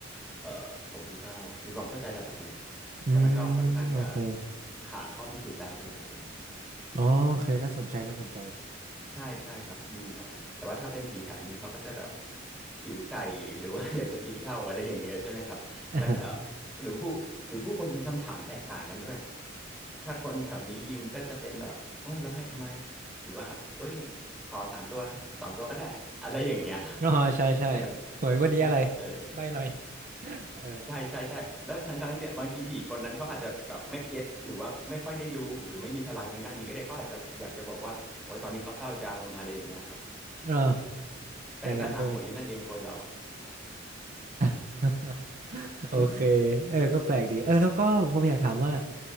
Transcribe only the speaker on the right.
อืม
โอเค
อ๋อโอเคน่าสนใจน่าสนใจ
<laughs>
อ๋อใช่ใช่
หวยงวันนี้อะไร
ใบหน่อย <laughs> เออ
อ่า
อย่างนั้นด้วย <laughs> โอเค
เออก็แปลกดีเออแล้วก็ผมอยากถามว่า